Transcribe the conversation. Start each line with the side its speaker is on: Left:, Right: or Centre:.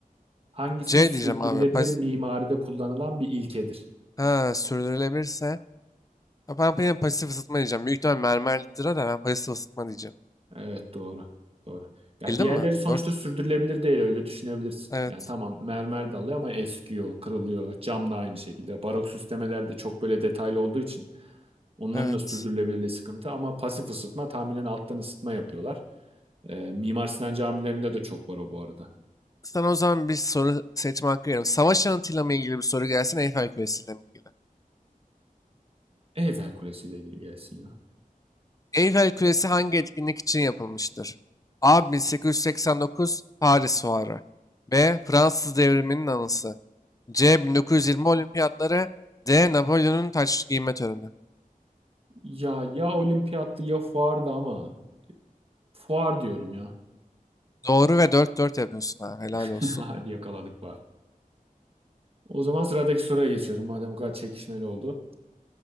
Right: Hangisi
Left: C
Right: sürdürülebilir
Left: diyeceğim abi. Pas
Right: mimaride kullanılan bir ilkedir?
Left: ha, sürdürülebilirse. Ya Ben benim pasif ısıtma diyeceğim. Büyük ihtimal mermerlidir da ben pasif ısıtma diyeceğim.
Right: Evet doğru. Doğru. Ya
Left: Bildin
Right: diğerleri
Left: mi?
Right: sonuçta
Left: 4.
Right: sürdürülebilir değil öyle düşünebilirsin.
Left: Evet.
Right: Yani tamam mermer de alıyor ama eskiyor, kırılıyor. Cam da aynı şekilde. Barok süslemeler çok böyle detaylı olduğu için onların
Left: Evet.
Right: da sürdürülebilirliği sıkıntı ama pasif ısıtma tahminen alttan ısıtma yapıyorlar. Ee, Mimar Sinan camilerinde de çok var o bu arada.
Left: Sana o zaman bir soru seçme hakkı veriyorum. Savaş anıtıyla mı ilgili bir soru gelsin, Eyfel Kulesi ile mi ilgili?
Right: Eyfel Kulesi ile ilgili gelsin ya.
Left: Eyfel Kulesi hangi etkinlik için yapılmıştır? A. 1889 Paris Fuarı. B. Fransız Devrimi'nin anısı. C. 1920 Olimpiyatları. D. Napolyon'un taç giyme töreni.
Right: Ya ya olimpiyattı ya fuardı ama fuar diyorum ya.
Left: Doğru ve dört dört yapıyorsun ha. Helal
Right: <laughs>
Left: olsun.
Right: Hadi yakaladık bari. O zaman sıradaki soruya geçiyorum. Madem bu kadar çekişmeli oldu.